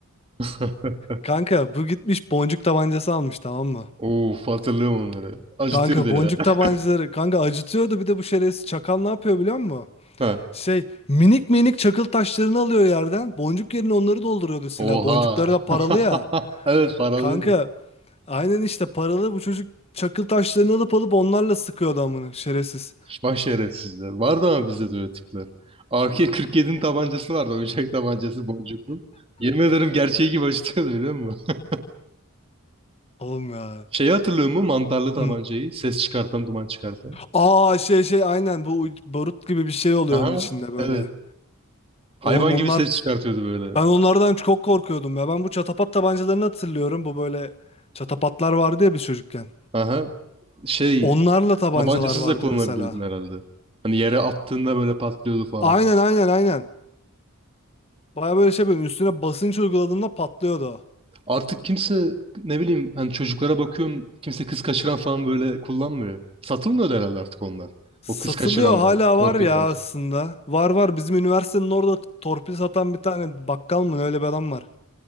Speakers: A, on the right; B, on the left.
A: <laughs>
B: Kanka bu gitmiş boncuk tabancası almış tamam mı?
A: Of hatırlıyorum onları. Acıtıyordu
B: Kanka boncuk
A: ya. <laughs>
B: tabancaları kanka acıtıyordu bir de bu şerefsiz çakal ne yapıyor biliyor musun?
A: Ha,
B: Şey minik minik çakıl taşlarını alıyor yerden boncuk yerine onları dolduruyordu silah
A: Oha.
B: boncukları da paralı
A: <laughs>
B: ya.
A: Evet paralıydı.
B: Kanka aynen işte paralı bu çocuk çakıl taşlarını alıp alıp onlarla sıkıyordu amına şerefsiz.
A: Bak şerefsizler. Vardı ama bizde de öyle tipler. AK-47'nin tabancası vardı. Oyuncak tabancası boncuklu. Yemin ederim gerçeği gibi acıtıyordu biliyor musun?
B: Oğlum ya.
A: Şeyi hatırlıyor musun? Mantarlı tabancayı.
B: Hı.
A: Ses çıkartan, duman çıkartan.
B: Aa şey şey aynen bu barut gibi bir şey oluyor
A: Aha.
B: onun içinde böyle.
A: Evet. Hayvan
B: Oğlum onlar
A: gibi ses çıkartıyordu böyle.
B: Ben onlardan çok korkuyordum ya. Ben bu çatapat tabancalarını hatırlıyorum. Bu böyle çatapatlar vardı ya biz çocukken.
A: Aha. Şey
B: Onlarla tabancalar
A: Tabancasız
B: vardı
A: da kullanabiliyordun
B: mesela.
A: herhalde. Hani yere attığında böyle patlıyordu falan.
B: Aynen aynen aynen. Baya böyle şey böyle üstüne basınç uyguladığında patlıyordu o.
A: Artık kimse ne bileyim hani çocuklara bakıyorum kimse kız kaçıran falan böyle kullanmıyor. Satılmıyor da herhalde artık onlar.
B: Satılıyor
A: O kız kaçıranlar,
B: hala
A: torpiller.
B: var ya aslında. Var var bizim üniversitenin orada torpil satan bir tane bakkal mı ne öyle bir adam var.